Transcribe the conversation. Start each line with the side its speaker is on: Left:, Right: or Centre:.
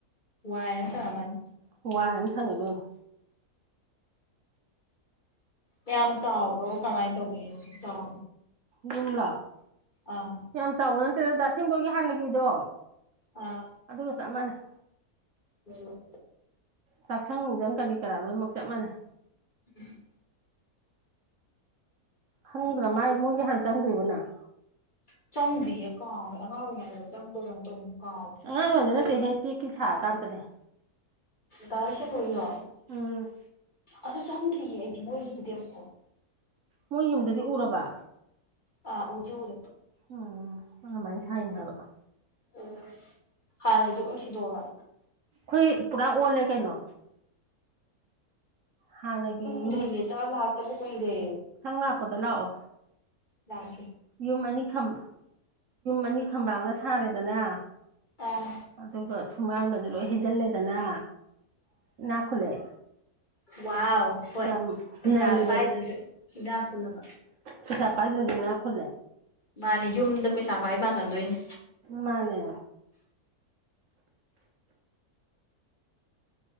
Left: ꯋꯥꯏ ꯑꯝ ꯁꯪꯉꯝꯃꯅꯤ
Right: ꯍꯍꯋꯥꯏ ꯑꯃ ꯁꯪꯉ‌ꯦ ꯏꯕ‌ꯦꯝꯃꯥ
Left: ꯌꯥꯝ ꯆꯥꯎꯕ꯭ꯔꯣ ꯀꯃꯥꯏꯅ ꯇꯧꯋꯦ ꯆꯥꯎ
Right: ꯌꯨꯝꯂꯥ
Left: ꯑꯥ
Right: ꯌꯥꯝ ꯆꯥꯎꯕ ꯅꯠꯇꯦꯗ ꯗꯊ‌ꯦꯝꯕꯣꯏꯒꯤ ꯍꯥꯟꯅꯒꯤꯗꯣ
Left: ꯑꯥ
Right: ꯑꯗꯨꯒ ꯆꯞ ꯃꯥꯟꯅꯩ
Left: ꯎꯝ
Right: ꯆꯥꯛꯁꯪ ꯅꯨꯡꯖꯪ ꯀꯔꯤ ꯀꯔꯥ ꯂꯣꯏꯅꯃꯛ ꯆꯞ ꯃꯅꯩ
Left: ꯎꯝ <unintelligible>
Right: ꯈꯪꯗ꯭ꯔꯥ ꯃꯥꯏ ꯃꯣꯏꯒꯤ ꯍꯥꯟꯅ ꯆꯪꯗ꯭ꯔꯤꯕꫭ ꯅꯪ
Left: ꯆꯪꯗ꯭ꯔꯤꯌꯦ ꯀꯥꯎꯒꯔ‌ꯦ ꯑꯉꯥꯡ ꯑꫭꯏꯔꯤꯉꯩꯗ ꯆꯪꯚꯔꯥ ꯀꯩꯅꫭꯝ ꯇꯧꯕꯅꯤ ꯀꯥꯎꯒꯔ‌ꯦ
Right: ꯑꯉꯥꯡ ꯑꫭꯏꯔꯤꯉꯩꯗ ꯅꯠꯇꯦ ꯍꯦ ꯆꯦꯛꯀꯤ ꯁꯥꯔꯀꯥꯟꯗꯅ‌ꯦ
Left: ꯗꯥ ꯂꯩꯁ‌ꯦꯝꯕ ꯍꫭꯏꯒꯤꯗꫭ
Right: ꯎꯝ
Left: ꯑꯗꯨ ꯆꯪꯗ꯭ꯔꯤꯌꯦ ꯑꯩꯗꯤ ꯃꯣꯏꯒꯤ ꯗꯨꯗꯤ ꯑꯃꯨꯛ ꯐꯥꯎ
Right: ꯃꯣꯏ ꯌꯨꯝꯗꯨꯗꯤ ꯎꯔꯕ
Left: ꯑ ꯎꯗꯤꯎꯔ‌ꯦ
Right: ꯎꯝ ꯑꯗꯨꯃꯥꯏꯅ ꯁꯥꯏꯅ ꯍꯥꯏꯕ
Left: ꯑꯣ ꯍꯥꯟꯅꯗꫭ ꯂꫭꯏ ꯁꯤꯗꯣꯛꯑꯒ
Right: ꯑꯩꯈꯣꯏ ꯄꯨꯔꯥ ꯑꯣꯜꯂꯦ ꯀꯩꯅꯣ ꯍꯥꯟꯅꯒꯤ
Left: ꯎꯗꯔꯤꯌꯦ ꯆꯥ ꯂꯥꯛꯇꯕ ꯀꯨꯏꯔꯦ
Right: ꯃꯊꯪ ꯂꯥꯛꯄꯗ ꯂꯥꯛꯑꯣ
Left: ꯂꯥꯛꯀ‌ꯦ
Right: ꯌꯨꯝ ꯑꯅꯤ ꯈꯝ ꯑꯅꯤ ꯈꯝꯕꯥꯡꯅ ꯁꯥꯔꯦꯗꯅ
Left: ꯑꯥ
Right: ꯑꯗꯨꯒ ꯁꯨꯃꯥꯡꯒꯁ‌ꯦ ꯂꯣꯏ ꯍꯩꯖꯤꯜꯂꯦꯗꯅ ꯏꯅꯥꯛ ꯈꯨꯜꯂꯦ
Left: ꯋꯥ ꯍꯣꯏ
Right: ꯌꯥꯝ
Left: ꯄꯩꯁꯥ
Right: ꯅꯩꯔꯦ
Left: ꯄꯥꯏꯗ꯭ꯔꯁꯨ ꯏꯅꯥ ꯈꯨꯨꯜꯂꯕ
Right: ꯄꯩꯁꯥ ꯄꯥꯏꯗ꯭ꯔꯁꯨ ꯏꯅ ꯈꯨꯜꯂꯦ
Left: ꯃꯥꯅꯤ ꯌꯨꯝꯗ ꯄꯩꯁꯥ ꯄꯥꯏ ꯃꯥꯜꯟꯗꯣꯏꯅꯦ
Right: ꯃꯥꯅꯦ